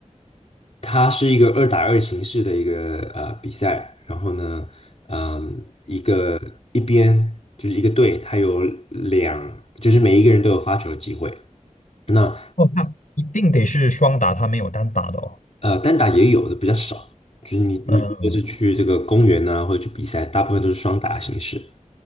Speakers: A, on the left; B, on the left.
A: 它是一个二打二形式的一个呃比赛，然后呢，嗯，一个一边就是一个队，它有两，就是每一个人都有发球的机会。那
B: 哦，那一定得是双打，它没有单打的哦。
A: 呃单打也有的比较少，就是你你如果是去这个公园啊，
B: 嗯
A: 或者去比赛，大部分都是双打形式。